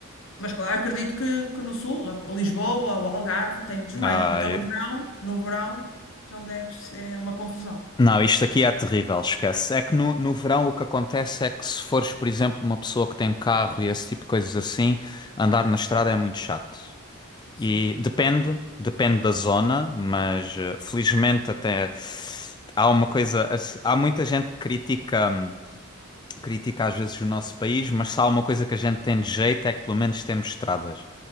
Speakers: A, on the left; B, on the left.
A: mas claro, acredito que, que no sul, a- Lisboa, o Algarve, tem muitos mais.
B: Ah,
A: Então
B: eu-
A: no verão, no verão, então deve ser uma confusão.
B: não, isto aqui é terrível, esquece. É que no, no verão o que acontece é que se fores, por exemplo, uma pessoa que tem carro e esse tipo de coisas assim, andar na estrada é muito chato.
A: Sim,
B: E depende, depende da zona, mas eh, felizmente até há uma coisa, há muita gente que critica. hum, critica às vezes o nosso país, mas se há uma coisa que a gente tem de jeito é que pelo menos temos estradas.